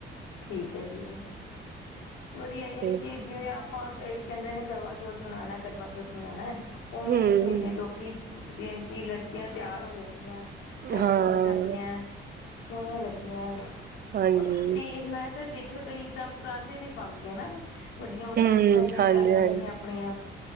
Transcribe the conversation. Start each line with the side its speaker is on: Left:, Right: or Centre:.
Left: ਠੀਕ ਐ ਜੀ। ਵਧੀਆ ਯਾਨੀ
Right: ਤੇ
Left: ਕਿ ਜਿਵੇਂ ਆਪਾਂ ਕਈ ਕਹਿੰਦੇ ਨੇ ਕਰਵਾਚੌਥ ਮਨਾਉਣਾ ਕਰਵਾਚੌਥ ਮਨਾਉਣਾ ਉਵੇਂ
Right: ਹਮ
Left: ਇਸ ਮਹੀਨੇ ਲੋਕੀ ਕਿ ਲੜਕੀਆਂ ਤਿਆਰ ਹੋ ਜਾਂਦੀਆਂ ਸੱਜ
Right: ਹਾਂ
Left: ਫੱਬ ਜਾਂਦੀਆਂ ਸੋਹਣੀਆਂ ਲੱਗਦੀਆਂ ਹੈ
Right: ਹਾਂਜੀ
Left: ਤੇ ਮੈਂ ਤਾਂ ਦੇਖਿਆ ਕਈ ਤਾਂ ਪਰਾਂਦੇ ਵੀ ਪਾਉਦੀਆਂ ਨਾ ਵੱਡੀਆਂ ਵੱਡੀਆਂ
Right: ਹਮ
Left: ਗੁੱਤਾਂ ਜਿਹੀਆਂ
Right: ਹਾਂਜੀ
Left: ਕਰ ਲੈਂਦੀਆਂ
Right: ਹਾਂਜੀ
Left: ਆਪਣੀਆਂ